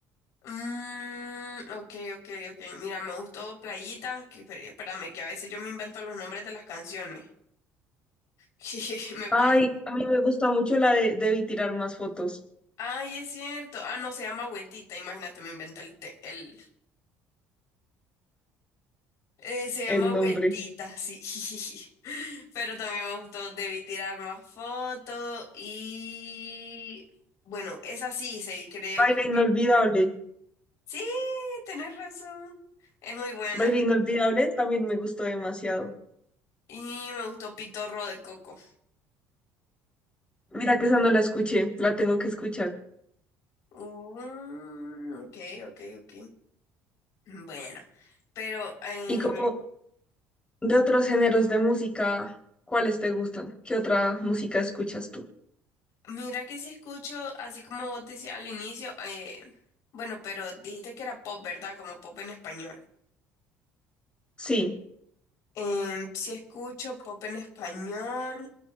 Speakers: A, on the left; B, on the left.
A: Mm, ok, ok, ok. Mira, me gustó Playita, que espé- espérame, que a veces yo me invento los nombres de las canciones. <laughs> Me pasa.
B: Ay, a mí me gusta mucho la de Debí tirar más fotos,
A: Ay, es cierto. Ah, no, se llama Vueltita, imagínate, me inventé el... te- el... Eh, se
B: el
A: llama Vueltita,
B: nombre.
A: sí. <laughs> Pero también me gustó Debí tirar más fotos y... Bueno, esa sí, sí, creo
B: Baile
A: que...
B: inolvidable.
A: Sí, tenés razón. Es muy buena.
B: Baile inolvidable también me gustó demasiado.
A: Y me gustó Pitorro de Coco.
B: Mira que esa no la escuché, la tengo que escuchar.
A: Mm, ok, ok, ok. Mm, Bueno, pero eh,
B: Y como de otros géneros de música, ¿cuáles te gustan? ¿Qué otra música escuchas tú?
A: mira que si escucho, así como vos decías al inicio, eh, bueno, pero dijiste que era pop, ¿verdad? Como pop en español.
B: Sí,
A: Em, sí escucho pop en español,